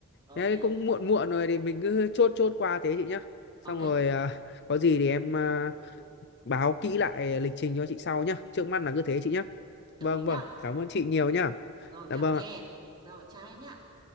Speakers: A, on the right; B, on the left.
A: ok
B: Thế cũng muộn muộn rồi thì mình cứ chốt chốt qua thế chị nhá. Xong
A: ok
B: rồi à, có gì thì em à, báo kỹ lại lịch trình cho chị sau nhá. Trước mắt là cứ thế chị nhá.
A: đồng
B: Vâng
A: ý nhá
B: vâng, cảm ơn chị nhiều nhá.
A: rồi
B: Dạ
A: cảm
B: vâng.
A: ơn em
B: ạ.
A: rồi chào em nhá